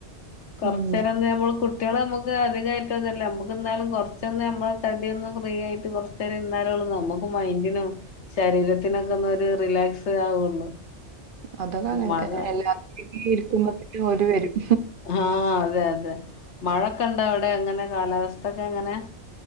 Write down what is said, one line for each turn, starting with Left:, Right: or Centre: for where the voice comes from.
Left: കൊറച്ച
Right: ഉം
Left: നേരം നമ്മ കുട്ടികൾ നമ്മുക്ക് അധികമായിട്ടോ ഒന്ന നക്ക് ന്നാലും കൊറച്ചന്ന് നമ്മ ള്ള്തടി ഒന്ന് ഫ്രീ ആയിട്ട് കൊറച്ച് നേരംഇരുന്നാലുള്ള നമുക്ക് മൈയ്ന്റിന് ശരീരത്തിനൊക്കെ ഒന്ന് റിലാക്സ് ആവുള്ളൂ
Right: അതൊക്കെ അങ്ങനെ
Left: മഴ
Right: തന്നെ എല്ലാരും ഇരിക്കുമ്പോത്തിന് ഓര് വരും
Left: ആഹ അതെ അതെ മഴക്കണ്ട അവിടെ അങ്ങനെ കാലാവസ്ഥൊക്കെ എങ്ങനെ